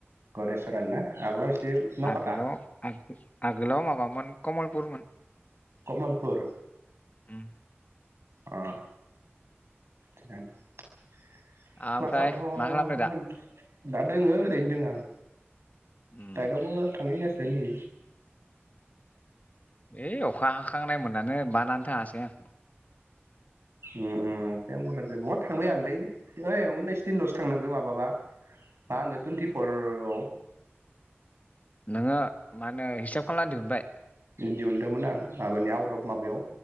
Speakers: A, on the right; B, on the left.
A: गरेस्वरआनो ना आगोलाव एसे नावखाथा
B: आगोलाव आगोलाव माबामोन कमलपुरमोन।
A: कमलपुर
B: उम,
A: अ थिगानो क्लासावथ'
B: ओमफ्राय मा खालामदो दा
A: दा दोङो ओरैनो दोङो आं
B: उम
A: दाइदआवबो थांनायजासि नि
B: है अखा हाखांनाय मोनाखै बा नानै थाङासै आं
A: ओम ओम अखायानो बुरजाद्राय बहा थांनो बाया जानोलै ओइ उनिस दिनल'सो थांनांगौ माबाबा मा होनो टुवन्टिफरआव
B: नोङो मा होनो हिसाब खालामनानै दिहुनबाय
A: दिहुनदोंमोन आं माबानि आउट अफ माबायाव